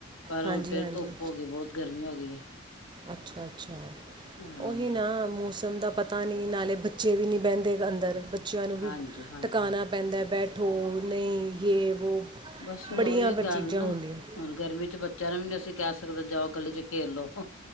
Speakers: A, on the left; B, on the right.
A: ਪਰ
B: ਹਾਂਜੀ
A: ਹੁਣ ਫੇਰ
B: ਹਾਂਜੀ
A: ਧੁੱਪ ਹੋ ਗੀ, ਬੋਤ ਗਰਮੀ ਹੋ ਗੀ ਏ।
B: ਅੱਛਾ-ਅੱਛਾ,
A: ਹਾਂ
B: ਓਹੀ ਨਾ ਮੌਸਮ ਦਾ ਪਤਾ ਪਾਣੀ ਨਾਲੇ ਬੱਚੇ ਵੀ ਨੀ ਬੈਂਦੇ ਅੰਦਰ, ਬੱਚਿਆਂ ਨੂੰ ਵੀ
A: ਹਾਂਜੀ ਹਾਂਜੀ।
B: ਟਕਾਣਾ ਪੈਂਦਾ ਬੈਠੋ ਨਈ, ਯੇ ਵੋ।
A: ਬਾਸ, ਓਈਓ
B: ਬੜੀਆਂ ਕੁ
A: ਗਲ
B: ਚੀਜ਼ਾਂ
A: ਨਾ।
B: ਹੁੰਦੀਆਂ
A: ਹੁਣ ਗਰਮੀ 'ਚ ਬੱਚਿਆਂ ਨੂੰ ਵੀ ਨੀ ਅਸੀਂ ਕੈ ਸਕਦੇ, ਜਾਓ ਗਲੀ 'ਚ ਖੇਲ ਲੋ। ਹ,